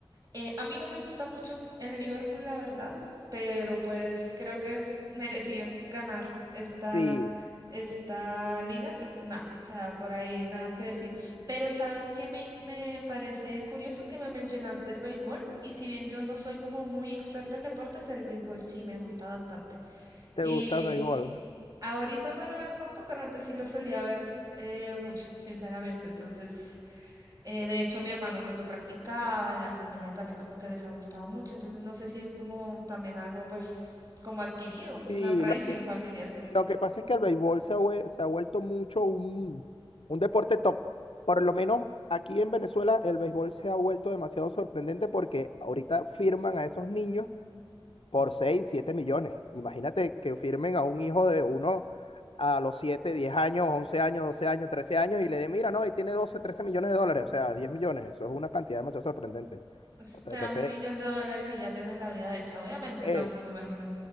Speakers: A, on the right (about 40°); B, on the left (about 75°).
A: Eh, a mí no me gusta mucho el Liverpool, la verdad, pero pues creo que merecían ganar esta,
B: Sí,
A: esta liga, entonces nada, o sea, por ahí nada que decir. Pero sabes que me, me parece curioso que me mencionaste el béisbol, y si bien yo no soy como muy experta en deportes, el béisbol sí me gusta bastante. Y
B: te gusta el béisbol.
A: ahorita no lo veo tanto, pero antes sí lo solía ver eh, mucho, sinceramente, entonces... Eh, de hecho, mi hermano pues lo practicaba, en la familia también como que les ha gustado mucho, entonces no sé si es como también algo pues como adquirido, una
B: Sí,
A: tradición
B: lo que,
A: familiar.
B: Lo que pasa es que el béisbol se ha, vuel- se ha vuelto mucho un, un deporte top. Por lo menos aquí en Venezuela el béisbol se ha vuelto demasiado sorprendente porque ahorita firman a esos niños por seis siete millones. Imagínate que firmen a un hijo de uno a los siete diez años, 11 años, 12 años, 13 años y le den, mira, no, y tiene doce trece millones de dólares, o sea, 10 millones. Eso es una cantidad demasiado sorprendente.
A: Pues,
B: O sea,
A: Te dan
B: entonces,
A: un millón de dólares y ya tienes la vida hecha, obviamente,
B: eh,
A: no, sí, me imagino.